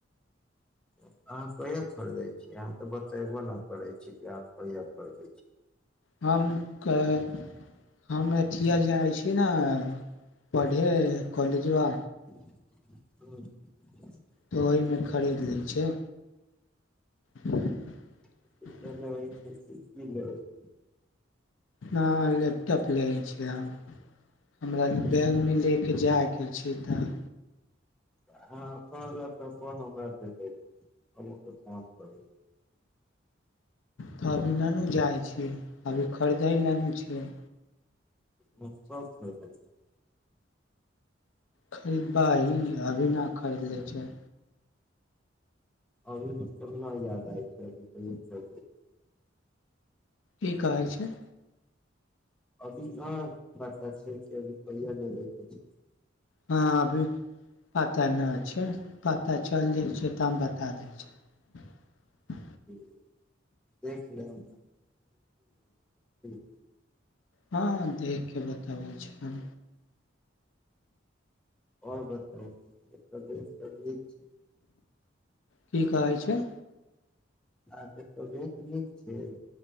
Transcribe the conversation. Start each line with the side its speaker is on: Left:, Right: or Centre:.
Centre: अहाँ कहिया खरीदै छी। अहाँ तऽ बतयबो नहि करै छी कि अहाँ कहिया खरीदै छी।
Left: हम कहे हम अथिया जाइ छी ने पढ़ै कॉलेजवा
Centre: <unintelligible> हूँ <unintelligible>
Left: तऽ ओहिमे खरीद लै छैय। <unintelligible>
Centre: कम्प्यूटर <unintelligible>
Left: नहि लैपटॉप लै लय छी आब। हमरा बैग मे लेके जाइक <unintelligible>
Centre: आ हाॅं, अपन वला पर कोनो बात नय छैय। हम अपन काम करै छी।
Left: तऽ अभी ननू जाइ छैय, अभी खरदैय लेनू छैय।
Centre: कत्ता खरीदभी।
Left: खरीदबा ई अभी ना खरीदले छैय।
Centre: अभी त चल नहि जादा छैय भी तऽ।
Left: की कहै छैय।
Centre: अभी नय पता छै कि अभी कहिया रूपैया लेबै के छैय।
Left: हँ अभी पता नहि छै। पता चलय जाइ छैय तब बता दै छी।
Centre: हुं देख लेहं <unintelligible>
Left: हँ देखि कऽ बताबै छी हम।
Centre: औरर बताउ एता बैस करीयै छीय।
Left: की कहै छैय।
Centre: आहाॅंक तबीयत नीक छैय।